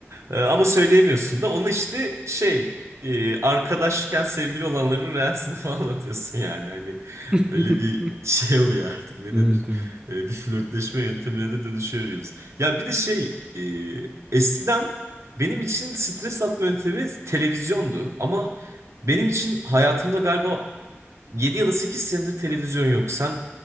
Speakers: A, on the right; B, on the right.
A: Eee, ama söyleyemiyorsun da. Onu işte şey eee, arkadaşken sevgili olanların reelsini <laughs> falan atıyorsun yani. Hani
B: <laughs>
A: öyle bir şey oluyor artık ne denir?
B: Evet evet.
A: Eee, bir flörtleşme yöntemine de dönüşüyoruz. Ya bir de şey eee, eskiden benim için stres atma yöntemi televizyondu. Ama benim için hayatımda galiba Yedi ya da sekiz senedir televizyon yok. Sen